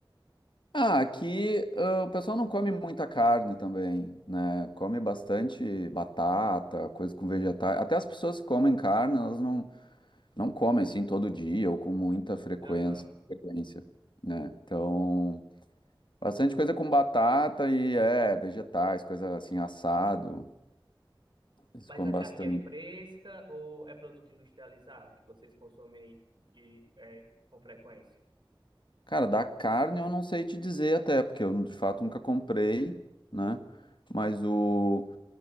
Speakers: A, on the left (about 65°); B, on the right (about 60°).
A: Ah, aqui ah, o pessoal não come muita carne também, né? Come bastante batata, coisa com vegetais. Até as pessoas que comem carne, elas não, não comem assim todo dia ou com muita frequência,
B: Aham.
A: frequência, né? Então, bastante coisa com batata e é, vegetais, coisa assim, assado. Eles
B: Mas
A: comem
B: a carne
A: bastante.
B: é fresca ou é produto industrializado que vocês consomem aí de, é, com frequência?
A: Cara, da carne eu não sei te dizer até, porque eu de fato nunca comprei, né? Mas o.